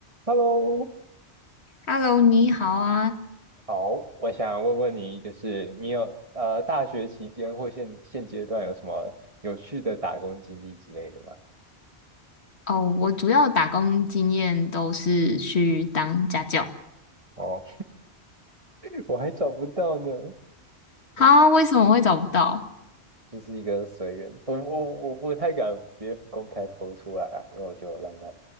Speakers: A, on the right; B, on the left.
A: Hello，
B: Hello，你好啊。
A: 好，我想问问你，就是你有呃大学期间或现现阶段有什么有趣的打工经历之类的吗？
B: 哦，我主要打工经验都是去当家教。
A: 哦，<laughs> 我还找不到呢，嗯
B: 哈，为什么会找不到？
A: 就是一个随缘，我我我不太敢别公开 po 出来啊，然后我就懒懒，